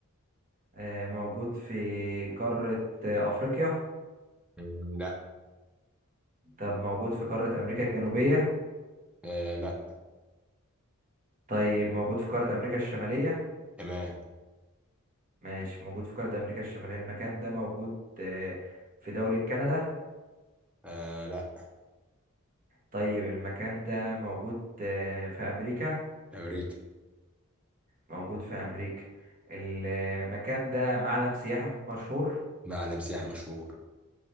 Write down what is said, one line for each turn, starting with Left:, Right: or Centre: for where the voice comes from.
Right: آه، موجود في قارة آه، أفريقيا
Centre: مم، لا
Right: طب موجود في قارة أمريكا الجنوبية
Centre: آه لا
Right: طيب موجود في قارة أمريكا الشمالية
Centre: تمام
Right: ماشي موجود في قارة أمريكا الشمالية المكان ده موجود آه، في دولة كندا
Centre: آه لا
Right: طيب المكان ده موجود آه، في أمريكا
Centre: امريكا
Right: موجود في أمريكا المكان ده معلم سياحي مشهور
Centre: معلم سياحي مشهور